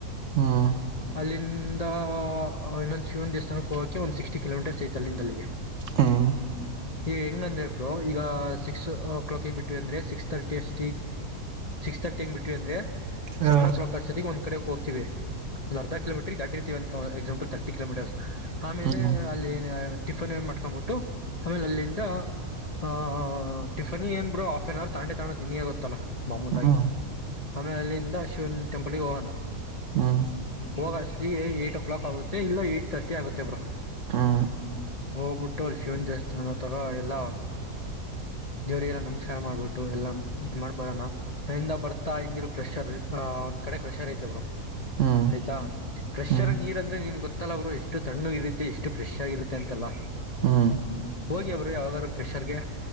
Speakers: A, on the right; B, on the left.
A: ಹ್ಮ್
B: ಅಲ್ಲಿಂದ ಇನ್ನೊಂದ್ ಶಿವನ್ ದೇವಥಾನಕ್ಕೆ ಹೋಗಕೆ ಒಂದ್ ಸಿಕ್ಸ್ಟಿ ಕಿಲೋಮೀಟರ್ ಸಿ ತಲ್ಲಿಂದಲ್ಲಿಗೆ
A: ಹ್ಮ್ ಹ್ಮ್
B: ಈ ಹೆಂಗಂದ್ರೆ ಇಬರು ಈಗ ಸಿಕ್ಸ್ ಕ್ಲಾಕಗ್ ಬಿಟ್ಟವಿ ಅಂದ್ರೆ ಸಿಕ್ಸ್ ತರ್ಟಿ ಅಷ್ಟ ಸಿಕ್ಸ್ ತರ್ಟಿಂಗ ಬಿಟ್ಟ್ಟವಿ ಅಂದ್ರೆ ಸೆವೆನ್
A: ಹ್ಮ್
B: ಓ ಕ್ಾಕ್ಷ್ಟದಿಗೆ ಒಂದು ಕಡೆ ಹೋಗ್ತೀವಿ ಒಂದು ಅರ್ಧ ಕಿಲೋಮೀಟರ್ ದಾಡ್ ಎಕ್ಸಾಂಪಲ್ ತರ್ಟಿ ಕಿಲೋಮೀಟರ್ಸ್ ಆಮೇಲೆ
A: ಹ್ಮ್
B: ಅಲ್ಲಿ ಟಿಫನ್ಏನ್ ಮಾಡ್ಕೊಂಡ್ಬಿಟ್ಟು ಆಮೇಲೆ ಅಲ್ಲಿಂದ ಆಹ್ ಟಿಫನ್ಿ ಏನ್ ಬರು ಹಾಫ್ ಆನ್ ಅವರ್ ತಂಡೆ ತಾಣೋ ತಿಿನಿ ಗೊತ್ತಲ್ಲಾ ಮಾಮೂನಾಗಿ
A: ಹ್ಮ್ ಹ್ಮ್
B: ಆಮೇಲೆ ಅಲ್ಲಿಂದ ಅಶ್ವನ್ ಟೆಂಪಲ್ಗೆ ಹೋಗಣ
A: ಹ್ಮ್
B: ಹೋಗಷ್ಟತಿ ಏಟ್್ ಓ ಕ್ಲಾಕ್ ಆಗುತ್ತೆ ಇಲ್ಲ ಏಟ್ ತರ್ಟಿ ಆಗುತ್ತೆಬ್ರು
A: ಹಾ
B: ಹೋಗ್ಬಿಟ್ಟು ಅಲ್ಲಿ ಶಿವನ್ ದೇವಸ್ಥಾನ ತಗ ಎಲ್ಲಾ ದೇವರಿಗೆಲ್ಲ ನಮಸ್ಕಾರ ಮಾಡ್ಬಿಟ್ಟು ಎಲ್ಲಾ ಇದ್ ಮಾಡ್ ಬರೋಣ ಅಲ್ಲಿಂದ ಬರ್ತಾ ಹಂಗಿರ ಕ್ರೆಶರ್ ಹ ಒಂದ್ ಕಡೆ ಕ್ರೆಷರ್ ಐತೆ ಬ್ರೋ
A: ಹ್ಮ್
B: ಆಯ್ತಾ ಫ್ರೆಶ್ರ
A: ಹ್ಮ್
B: ನೀರ್ ಅಂದ್ರೆ ನಿನ್ ಗೊತ್ತಲ್ಲ ಅವರು ಎಷ್ಟು ತಣ್ಣು ಇರಿ ಎಷ್ಟು ಫ್ರೆಶ್ ಆಗಿರುತ್ತೆ ಅಂತಲ್ಲ
A: ಹ್ಮ್
B: ಹ್ರು ಯಾವಾಗ್ರು ಕ್ರಷರ್ಗೆ